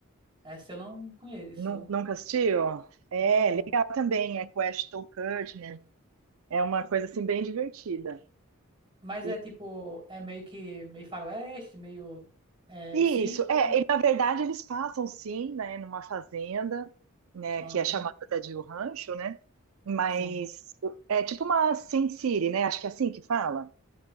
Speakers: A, on the right; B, on the right.
A: Essa eu não conheço.
B: Nu- Nunca assistiu? É,
A: Não.
B: legal também. É com o Ashton Kutcher. É uma coisa assim bem divertida.
A: Mas
B: E
A: é tipo, é meio que meio faroeste, meio é,
B: e
A: sítio.
B: isso, é, e, na verdade eles passam sim, né, numa fazenda, né,
A: Aham,
B: que é chamada até de o rancho, né? Mas
A: sim.
B: é tipo uma Sin City, né? Acho que é assim que fala.